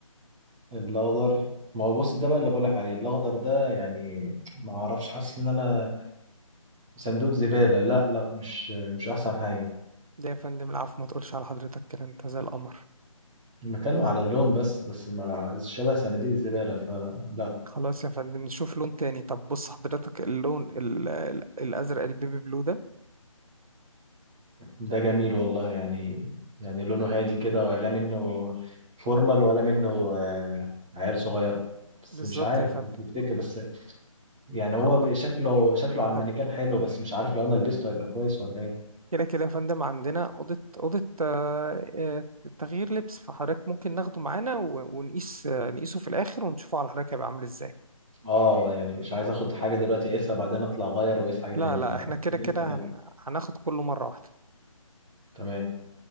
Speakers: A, in the centre; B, on the right.
A: الاخضر ما هو بص ده بقى اللي بقولك عليه الاخضر ده يعني ما اعرفش حاسس ان انا صندوق زبالة لا لا مش مش احسن حاجة
B: ده يا فندم العفو ما تقولش على حضرتك كده أنت زي القمر
A: بتكلم على اللون بس بس مع شبه صناديق الزبالة فلا
B: خلاص يا فندم نشوف لون تاني طب بص حضرتك اللون ال- ال- الأزرق البيبي بلو ده
A: ده جميل والله يعني يعني لونه هادي كده ولا منه فورمال ولا منه آه، عيال صغير بس
B: بالظبط
A: مش عارف
B: يا فندم
A: تفتكر بس يعني هو
B: طبعا
A: بقى شكله شكله على
B: طب
A: المانيكان حلو بس مش عارف لو انا لبسته هيبقى كويس ولا ايه
B: كده كده يا فندم عندنا أوضة أوضة آه، آه، تغيير لبس فحضرتك ممكن ناخده معانا و- ونقيس آه، نقيسه في الآخر ونشوفه على حضرتك هيبقى عامل إزاي
A: اه يعني مش عايز اخد حاجه دلوقتي اقيسها بعدين اطلع اغير واقيس حاجه
B: لا
A: تاني
B: لا
A: فخليني
B: احنا كده كده
A: في الاخر
B: هن... هناخد كله مرة واحدة
A: تمام